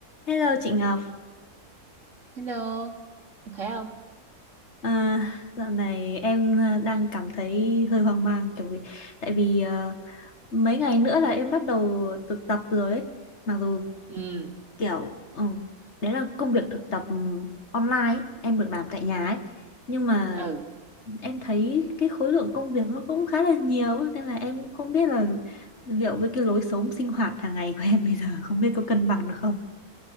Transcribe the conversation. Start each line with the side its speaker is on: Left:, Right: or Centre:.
Left: Hello chị Ngọc,
Right: Hello, em khỏe không?
Left: à, dạo này em à, đang cảm thấy hơi hoang mang kiểu vì tại vì à, mấy ngày nữa là em bắt đầu thực tập rồi ấy. Mặc dù
Right: Ừ,
Left: kiểu ừ, đấy là công việc thực tập ừm, online ấy, em được làm tại nhà ấy nhưng mà
Right: ừ,
Left: em thấy cái khối lượng công việc nó cũng khá là nhiều ấy, nên là em cũng không biết là liệu với cái lối sống sinh hoạt hàng ngày của em bây giờ không biết có cân bằng được không.